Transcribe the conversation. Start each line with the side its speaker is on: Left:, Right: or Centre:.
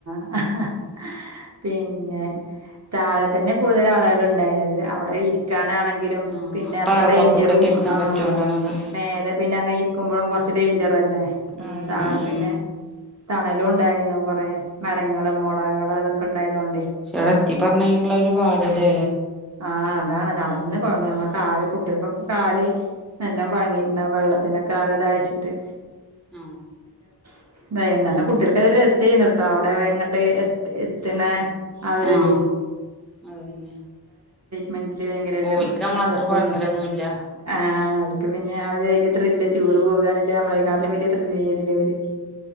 Right: <inaudible> പിന്നെ... താഴെ തന്നെ കൂടുതൽ ആളുകൾ ഇണ്ടായിനത് അവിടെ ഇരിക്കാനാണെങ്ക
Centre: ആ
Right: പിന്നെ അത്ര
Centre: പാറപ്പുറത്ത്
Right: ഡേഞ്ചറും
Centre: കൂടെക്കെ ഇരിക്കാൻ
Right: ആ
Centre: പറ്റോണ്ടാണത്
Right: മേലെ പിന്നെ അങ്ങനെ ഇരിക്കുമ്പോഴും കൊറച്ച് ഡേഞ്ചർ അല്ലേ?
Centre: ഉം
Right: താഴെ
Centre: ഉം
Right: പിന്നെ തണലും ഉണ്ടായിരുന്നു കൊറേ മരങ്ങളും മുളകള് അതൊക്കെ ഉണ്ടായതുകൊ
Centre: പക്ഷെ അവിടെ എത്തി <unintelligible> ഒര് പാട് ല്ലേ
Right: ആഹ അതാണ് നടന്ന് കുഴങ്ങ നമ്മ കാല് കുട്ടികൾക്കൊക്കെ കാല് എല്ലാം കൊഴങ്ങിട്ട് വെള്ളത്തി ഇതിനൊക്കാകെ ദായിച്ചിട്ട്
Centre: ആ
Right: <unintelligible> കുട്ടികൾക്ക് അ രസ ചെയ്യുന്നുട്ടോ അവിടെ എങ്ങട്ട് എ എത്തിന <unintelligible> ആഒരിത്
Centre: ആ അത് പിന്നെ
Right: മൈൻഡില് ഭയങ്കര ഒരു
Centre: ഓൽക്ക് നമ്മളത്ര
Right: രസേ
Centre: കൊഴങ്ങലൊന്നുല്ല
Right: നു ആ അവർക്ക് പിന്നെ അവര് അതിന്റെ ത്രില്ലടിച്ച്
Centre: നമ്മക്കാണ്
Right: ടൂറ് പോകുവാന്നേല് നമ്മളെക്കാട്ടിലും വല്ല്യ ത്രില്ല് ചെയ്യണില്ലേ അവര്